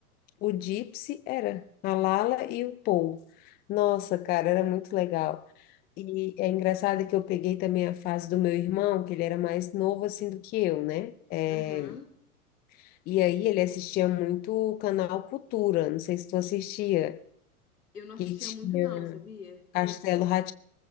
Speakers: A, on the left; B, on the left.
A: o Gypsy, era a Lala e o Paul. Nossa, cara, era muito legal. E é engraçado que eu peguei também a fase do meu irmão, que ele era mais novo assim do que eu, né? É,
B: Aham.
A: e aí ele assistia muito o canal Cultura, não sei se tu assistia.
B: Eu não assistia
A: que tinha
B: muito, não, sabia?
A: Castelo rá